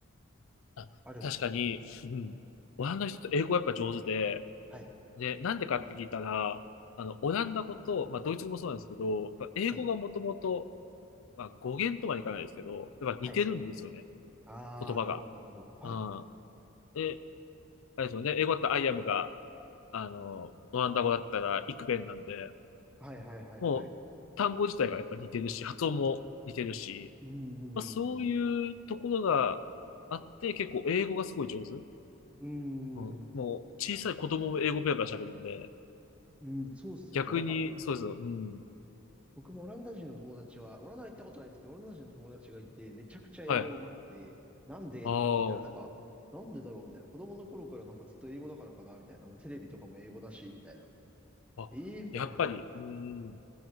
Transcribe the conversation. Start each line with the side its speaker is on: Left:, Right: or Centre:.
Left: あ確かに、
Centre: あるんですかね。
Left: うん。オランダの人って英語やっぱ上手で、
Centre: はい、
Left: で、なんでかって聞いたら、あの、オランダ語と、まあ、ドイツ語もそうなんですけど、まあ英語がもともと、
Centre: はい、
Left: まあ、語源とはいかないですけど、やっぱ似てるんですよね、
Centre: はい。ああ、
Left: 言葉が。
Centre: なるほど、なるほど。はい。
Left: うん。で、あれですよね、英語だったらアイアムが、あの、オランダ語だったらイクベンなんで、
Centre: はい、はい、はい、
Left: もう、
Centre: はい。
Left: 単語自体がやっぱ似てるし、発音も似てるし、
Centre: うーん、
Left: まあ、そういうところがあって、
Centre: う
Left: 結構英語がすごい上手。
Centre: ーん、
Left: うん、
Centre: うーん、
Left: もう、小さい子供も英語ペラペラ喋るんで、
Centre: うんそうっすよね。
Left: 逆に、
Centre: なんか、
Left: そうですよ。うん。
Centre: 僕もオランダ人の友達は、オランダは行ったことないんですけど、オランダ人の友達がいて、めちゃくちゃ英語上手くて、
Left: はい。
Centre: なんでって聞いたら、
Left: あ
Centre: なんか、なんでだろうみたいな。子供の頃からなんかずっと英語だからかなみたいな。あの、テレビとかも英語だし、みたいな。
Left: あ。あ、
Centre: ええー、みたいな。
Left: やっぱり、うん。